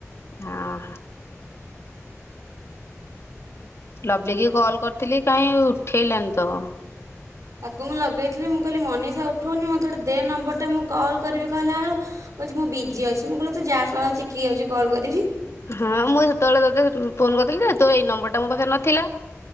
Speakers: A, on the left; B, on the right.
A: ହଁ। ଲଭଲିକି କଲ୍ କରିଥିଲି କାଇଁ ଉଠେଇଲାନି ତ।
B: ତାକୁ ମୁଁ ଲଗେଇଥିଲି ମୁଁ କହିଲି ମନିଷା ଉଠଉନି ମୋତେ ଗୋଟେ ଦେ ନମ୍ବରଟେ ମୁଁ କଲ୍ କରିବି କହିଲା ବେଳୁ କହୁଚି ମୁଁ ବିଜି ଅଛି ମୁଁ କହିଲି ହଉ ତୁ ଯା! !!!!!!!!!! ଚିକିକି ଯାଉଚି କଲ୍ କରିବି।
A: ହଁ ମୁଁ ସେତେବେଳେ ତତେ ଫୋନ କରିଥିଲି ଯେ ତ ଏଇ ନମ୍ବରଟା ମୋ ପାଖରେ ନଥିଲା।